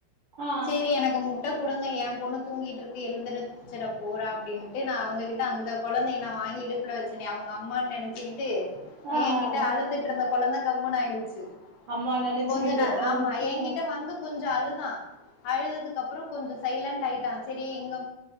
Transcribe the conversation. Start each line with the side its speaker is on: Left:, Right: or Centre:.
Right: ஆ ஆ
Left: சேரி எனக்கு மு ட்ட குடுங்க எம் பொண்ணு தூங்கிட்ருக்கு எழ்ந்திரச்ச போறா அப்டின்ட்டு நா அவுங்ககிட்ட அந்த கொழந்தைய நா வாங்கி இடுப்புல வச்சேனோ அவுங்க அம்மான் நெனைச்சுக்கிட்டு
Right: ஆ ஆ
Left: எங்கிட்ட
Right: ஆ
Left: அழுது ட்ருந்த கொழந்த கம்முனு ஆயிடுச்சு
Right: அம்மா நெனச்சுக்கிட்டு
Left: கொஞ்ச நேர்
Right: அ
Left: ஆம்மா எங்கிட்ட
Right: ஆ
Left: வந்து கொஞ்ச அழுதா அழுதுதுக்கு அப்றோ கொஞ்ச சைலண்ட் ஆயிட்டா செரி எங்க